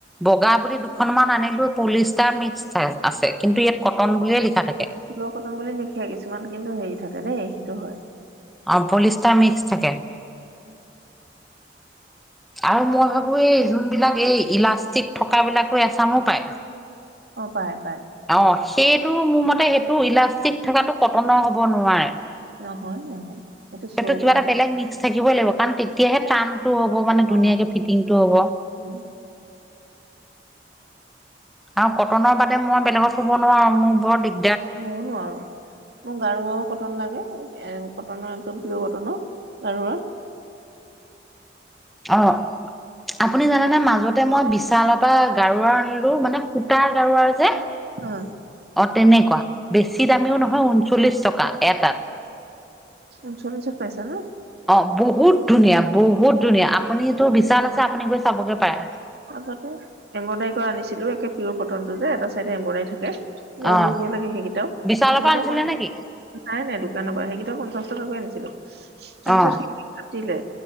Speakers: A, in the centre; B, on the right (about 65°).
A: বগা বুলি দুখনমান আনিলোঁ পলিয়েষ্টাৰ মিক্স আছে, কিন্তু ইয়াত কটন বুলিয়ে লিখা থাকে।
B: প্ৰিয়ৰ কটন বুলি লিখে কিছুমান কিন্তু হেৰি থাকে দেই সেইটো হয়।
A: অ' পলিষ্টাৰ মিক্স থাকে। আৰু মই ভাবোঁ এই যোনবিলাক এই ইলাষ্টিক থকা বিলাকো এচামো পায়।
B: অ' পায়-পায়।
A: অ' সেইটো মোৰ মতে সেইটো ইলাষ্টিক থকাটো কটনৰ হ'ব নোৱাৰে।
B: নহয় নহয় এইটো শ্বোৰ
A: সেইটো কিবা
B: কাৰণ।
A: এটা বেলেগ মিক্স থাকিবই লাগিব কাৰণ তেতিয়াহে টানটো হ'ব মানে
B: অ'
A: ধুনীয়াকে ফিটিংটো হ'ব।
B: উম'
A: আৰু কটনৰ বাদে মই বেলেগত শুব নোৱাৰো, মোৰ বৰ দিগ
B: মইয়ো নোৱাৰো। মোৰ গাৰুৰো কটন লাগে এ কটনৰ একদম প্ৰিয়ৰ কটনৰ গাৰুৱাৰ।
A: অ' আপুনি জানেনে মাজত তাতে মই বিশালৰ পৰা গাৰুৱাৰ আনিলোঁ মানে সূতাৰ গাৰুৱাৰ যে
B: অ'
A: অ' তেনেকুৱা বেছি দামীও নহয় ঊনচল্লিশ টকা এটাত।
B: ঊঞ্চচল্লিত পাইছে ন?
A: অ' বহুত ধুনীয়া, বহুত ধুনীয়া, আপুনিতো বিশাল আছে আপুনি গৈ চাবগে পাৰে।
B: আগতে এম্ব্ৰইডাৰী কৰা আনিছিলো, একে পিয়ৰ কটনটো যে এটা চাইডে এম্ব্ৰইডাৰী থাকে। বৰ
A: অ'
B: বঢ়িয়া লাগে সেইকেইটাও,
A: বিশালৰ
B: সেইকেইটাও
A: পৰা আনিছিলে
B: কন
A: নেকি?
B: নাই নাই দোকানৰ পৰা সেইকেইটা পঞ্চাশ টকাকৈ আনিছিলো, তাৰ
A: অ'
B: পিছত ফাটিলে,